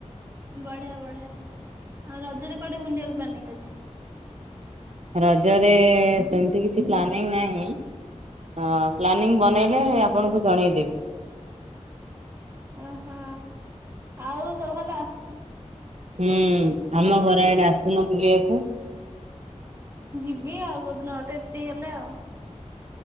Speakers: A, on the right; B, on the right.
A: ବଢିଆ ବଢିଆ, ଆଉ ରଜରେ କୁଆଡେ ବୁଲିବାକୁ ପ୍ଲାନିଂ ଅଛି?
B: ରଜରେ ସେମିତି କିଛି ପ୍ଲାନିଂ ନାହିଁ ହଁ ପ୍ଲାନିଂ ବନେଇଲେ ଆପଣଙ୍କୁ ଜଣେଇଦେବି।
A: ଓହୋ ଆଉ ସବୁ ଭଲ।
B: ହୁଁ ଆମ ଘର ଆଡେ ଆସୁନ ବୁଲିବାକୁ।
A: ଯିବି ଆଉ କୋଉଦିନ ଗୋଟେ ଫ୍ରି ହେଲେ ଆଉ।